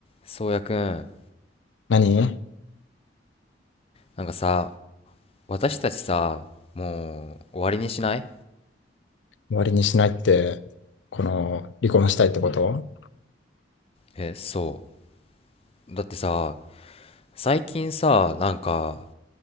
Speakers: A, on the left; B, on the left.
A: そうやくん、
B: 何
A: なんかさ、私たちさ、もう終わりにしない
B: 終わりにしないって、この、離婚したいってこと
A: え、そう。だってさ、最近さ、なんか、